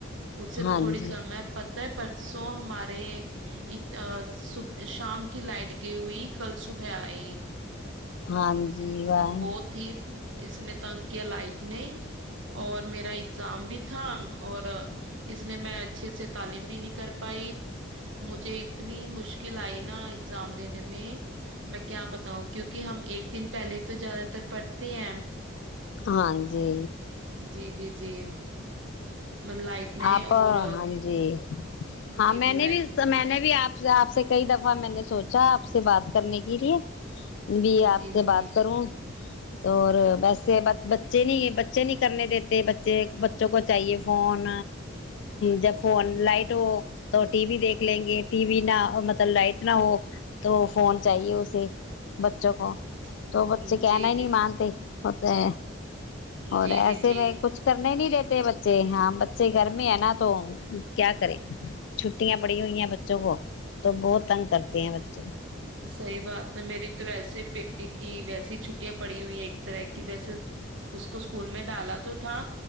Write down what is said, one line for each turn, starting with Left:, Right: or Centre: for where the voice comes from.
Right: اس سے تو
Left: ہاں
Right: تھوڑی
Left: جی
Right: کم ہے پ پرسوں ہمارےب شام کی لائٹ گئی ہوئی کل صبح آئی
Left: ہاں جی واہ
Right: بہت ہی اس نے تنک کہ لائٹ نہیں اور میرا اگزام بھی تھا اور اس لیے میں اچھے سے تعلیم بھی نہیں کر بھائی مجھے اتنی مشکل کلئی نا ایگزام دینے میں میں کیا بتاؤں کیونکہ ہم ایک دن پہلے تو زیادہ تر پڑھتے ہیں
Left: ہاں جی
Right: جی جی جی لائٹ نے
Left: آپ
Right: اور
Left: ہاں جی ہاں
Right: جی
Left: میں
Right: جی
Left: نے
Right: لائٹ
Left: بھی میں نے بھی آپ آپ سے کئی دفعہ میں نے سوچا آپ سے بات کرنے کے لیے بھی آپ
Right: جی
Left: سے
Right: جی
Left: بات کروں تو ویسے بس بچے نہیں بچے نہیں کرنے دیتے بچے بچوں کو چاہیے فون جب فون لائٹ ہو تو ٹی وی دیکھ لیں گے ٹی وی نہ مطلب لائٹ نہ ہو تو فون چاہیے اسے بچوں کو
Right: جی
Left: تو بچے
Right: جی
Left: کہنا ہی نہیں مانتے متے اور
Right: جی جی
Left: ایسے
Right: جی
Left: میں کچھ کرنے نہیں رہتے بچے جےحام بچے گرمی ہے نا تو کیا کرے چھٹیاں پڑی ہوئی ہیں بچوں کو تو بہت تنگ کرتے ہیں بچے
Right: صحی بات ہے میری تو ویسے بیٹی کی ویسیے ہی چھٹیاں پڑی ہوئی ایک طرح کہ ویسے اس کو اسکول میں ڈالا تو تھا